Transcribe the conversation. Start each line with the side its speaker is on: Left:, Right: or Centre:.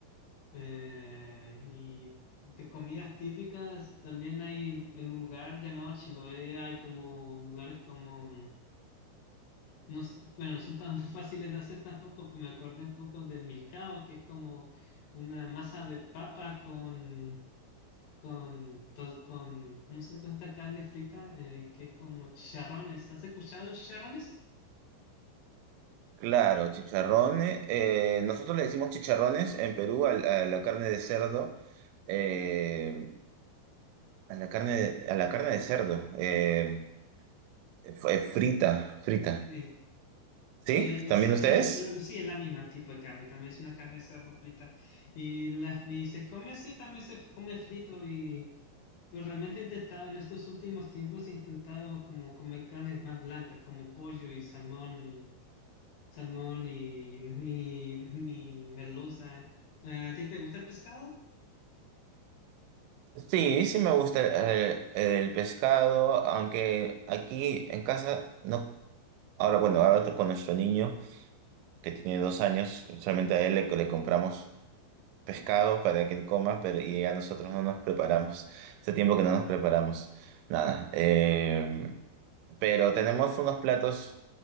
Left: eh, y de comidas típicas también hay en un lugar llamado Chiloé, hay como lugares como no, s- bueno, no son tan <laughs> fáciles de hacer tampoco, pues me acordé un poco del milcao, que es como una masa de papa con, con, to- con ¿cómo se dice esta carne frita? Eh, que es como chicharrones. ¿Has escuchado de los chicharrones?
Right: Claro, chicharrones. eh, nosotros le decimos chicharrones en Perú al- a, la carne de cerdo, eh, a la carne, de, a la carne de cerdo, eh, f- eh, frita, frita.
Left: Sí,
Right: ¿Sí?
Left: sí, eh,
Right: ¿También
Left: sí,
Right: ustedes?
Left: que la- la- sí, es la misma tipo de carne, también es una carne de cerdo frita. Y, la, y se come así, también se f- come frito y... Pero realmente he intentado, en estos últimos tiempos he intentado como comer carnes más blancas, como pollo y salmón salmón, ni, <laughs> ni, ni merluza. ¿A ti te gusta el pescado?
Right: Sí, sí me gusta eh, el, pescado, aunque aquí en casa no. Ahora, bueno, ahora con nuestro niño que tiene dos años, solamente a él le le compramos. pescado para que él coma, pero y a nosotros no nos preparamos. Hace tiempo que no nos preparamos nada. Eh, pero tenemos unos platos